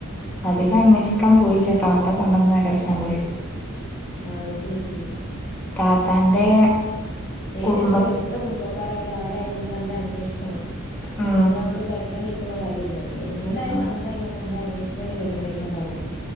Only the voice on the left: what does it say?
അത് ശരി
ഏത്നമ്മള്
എത്ര കുടുംബക്കാരായാലും ആരായാലും നമ്മൾ നല്ലോം അന്വേഷിക്കണം.
നമ്മളങ്ങട്ട് കല്യാണം കഴിക്ക ക്കണ കാര്യല്ലേ? എങ്ങടായാലും
അങ്ങടായാലും അമ്മള് നല്ലോം അന്വേഷിച്ചിട്ടന്നേ കല്യാണം കഴിക്കാൻ പാടോള്ളൂ